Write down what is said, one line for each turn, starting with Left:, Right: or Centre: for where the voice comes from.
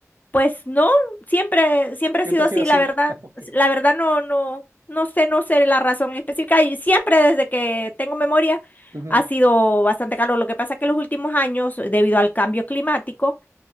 Left: Pues no, siempre, siempre
Right: ¿Siempre
Left: ha sido
Right: ha
Left: así,
Right: sido así?
Left: la verdad,
Right: <laughs> Ok.
Left: la verdad no, no, no sé, no sé la razón específica y siempre desde que tengo memoria
Right: Ujú.
Left: ha sido bastante calor. Lo que pasa es que en los últimos años, debido al cambio climático,